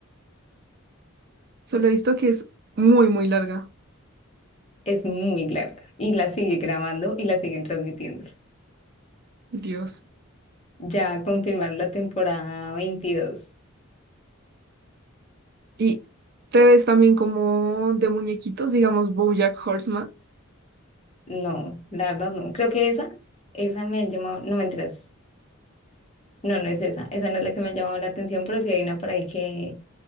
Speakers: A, on the right; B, on the left.
A: Solo he visto que es muy, muy larga.
B: es muy larga y la sigue grabando y la siguen transmitiendo.
A: Dios.
B: Ya confirmaron la temporada veintidós
A: Y te ves también como de muñequitos, digamos BoJack Horseman,
B: No, la verdad no. Creo que esa, esa me ha llamado, no mentiras. No, no es esa. Esa no es la que me ha llamado la atención, pero sí hay una por ahí que,